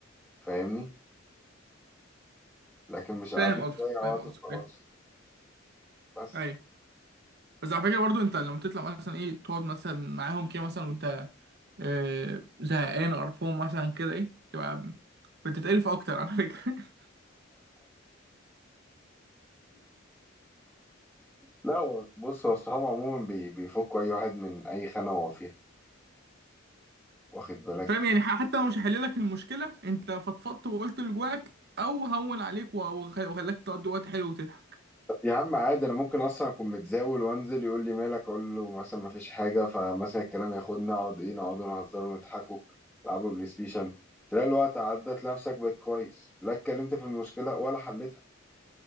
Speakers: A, in the centre; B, on the right.
A: فاهمني لكن مش قاعدين
B: فاهم قصدك
A: نضيع وقت
B: فاهم قصدك
A: وخلاص
B: ايوه
A: بس
B: أيوة. بس على فكره برضو انت لما تطلع مثلا ايه تقعد مثلا معاهم كده مثلا وانت آه، زهقان قرفان مثلا كده ايه تبقى بتتقرف اكتر على فكره <laughs>
A: لا هو- بص هو الصحاب عموما بي- بيفكوا اي واحد من اي خانه هو فيها واخد بالك
B: فاهم يعني ح- حتى لو مش هحل لك المشكله انت فضفضت وقلت اللي جواك او هون عليك وخ- وخلاك تقضي وقت حلو وتضحك
A: يا عم عادي انا ممكن اصلا اكون متزاول وانزل يقول لي مالك اقول له مثلا ما فيش حاجه فمثلا الكلام ياخدنا اقعد ايه نقعدوا نهزروا ونضحكوا نلعبوا بلاي ستيشن تلاقي الوقت عدى تلاقي نفسك بقيت كويس لا اتكلمت في المشكله ولا حلتها